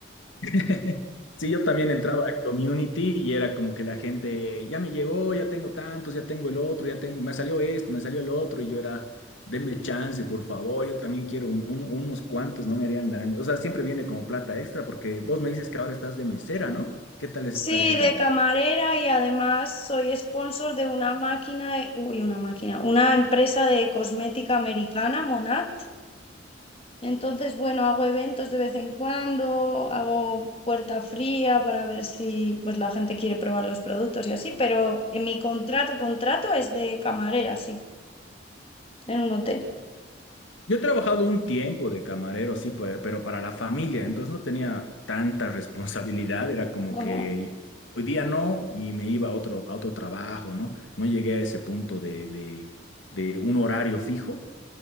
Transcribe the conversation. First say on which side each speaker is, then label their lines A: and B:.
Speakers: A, on the left; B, on the left.
A: <laughs> Sí, yo también entraba a community y era como que la gente, ya me llegó, ya tengo tantos, ya tengo el otro, ya tengo, me salió este, me salió el otro, y yo era, denme chance, por favor, yo también quiero un- un- unos cuantos, no me harían daño. O sea, siempre viene como plata extra, porque vos me dices que ahora estás de mesera, ¿no? ¿Qué tal está
B: Sí,
A: ese trabajo?
B: de camarera y además soy sponsor de una máquina, de- uy, una máquina, una empresa de cosmética americana, Monat. Entonces, bueno, hago eventos de vez en cuando, hago puerta fría para ver si pues la gente quiere probar los productos y así, pero en mi contrato, contrato es de camarera, sí, en un hotel.
A: Yo he trabajado un tiempo de camarero, sí, pe- pero para la familia, entonces no tenía tanta <laughs> responsabilidad, era como
B: Ajá.
A: que hoy día no y me iba a otro, a otro trabajo, ¿no? No llegué a ese punto de, de, de un horario fijo,